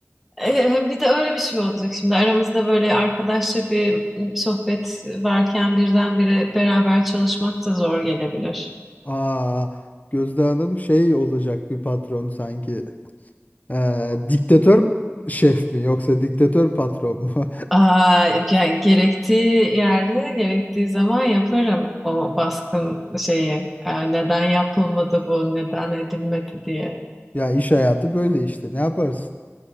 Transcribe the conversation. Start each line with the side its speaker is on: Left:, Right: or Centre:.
Centre: Hem bir de öyle bir şey olacak şimdi aramızda böyle arkadaşça bir sohbet varken birdenbire beraber çalışmak da zor gelebilir.
Left: Aa Gözde Hanım şey olacak bir patron sanki. Ee, diktatör şef mi yoksa diktatör patron mu? <laughs>
Centre: Aa, yani gerektiği yerde gerektiği zaman yaparım o baskın şeyi. Ee, neden yapılmadı bu, neden edilmedi diye.
Left: Ya iş hayatı böyle işte ne yaparsın?